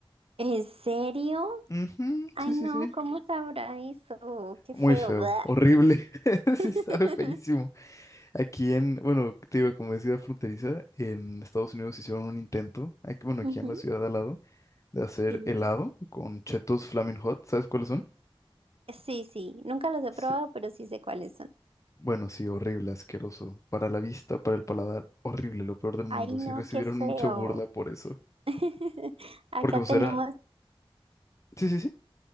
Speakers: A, on the right; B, on the left.
A: ¿En serio?
B: Ujú,
A: Ay,
B: sí,
A: no,
B: sí, sí.
A: ¿cómo sabrá eso? Qué feo,
B: Muy feo,
A: ¿verdad?
B: horrible, <laughs> sí
A: <laughs>
B: sabe feísimo. Aquí en, bueno, te digo, como es ciudad fronteriza, en Estados Unidos hicieron un intento, aquí, bueno,
A: Ujú,
B: aquí en la ciudad de al lado, de hacer
A: Sí,
B: helado con chetos Flaming Hot, ¿sabes cuáles son?
A: sí, sí, nunca los he
B: Sí.
A: probado, pero sí sé cuáles son.
B: Bueno, sí, horrible, asqueroso, para la vista, para el paladar, horrible, lo peor del mundo,
A: Ay,
B: sí
A: no,
B: recibieron
A: qué feo.
B: mucha burla por eso,
A: <laughs> Acá
B: porque pues
A: tenemos,
B: era, sí, sí, sí,